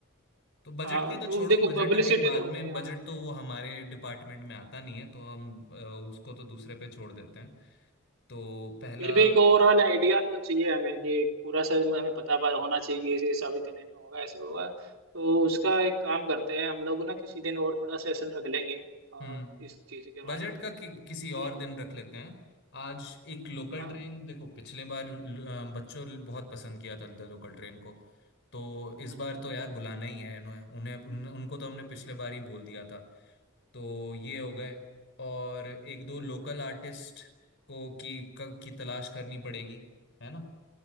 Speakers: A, on the left; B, on the right.
A: तो बजट
B: हाँ
A: के तो
B: तो
A: छोड़ो
B: देखो
A: बजट
B: पब्लिसिटी
A: अभी बाद
B: तो उनके
A: में
B: यहाँ
A: बजट तो वो हमारे डिपार्टमेंट में आता नहीं है तो हम अ, उसको तो दूसरे पे छोड़ देते हैं तो पहला
B: फिर भी एक ओवरऑल आइडिया तो चाहिए हमें कि पूरा सब हमें पता पा- होना चाहिए ऐसे सब इतने में होगा ऐसे होगा तो उसका एक काम करते हैं हम लोग ना किसी दिन और थोड़ा सेशन रख लेंगे आ,
A: हम्म
B: इस चीज के बारे
A: बजट का
B: में
A: कि, किसी
B: ठीक
A: और दिन
B: है
A: रख लेते हैं आज एक लोकल
B: हाँ
A: ट्रेन देखो पिछले बार ल- अ, बच्चों ने बहुत पसंद किया था द लोकल ट्रेन को तो इस
B: हम्म हम्म।
A: बार तो यार बुलाना ही है इन्हें उन्हें उन, उनको तो हमने पिछले बार ही बोल दिया था तो ये हो गए और एक दो लोकल आर्टिस्ट को की क, की तलाश करनी पड़ेगी है ना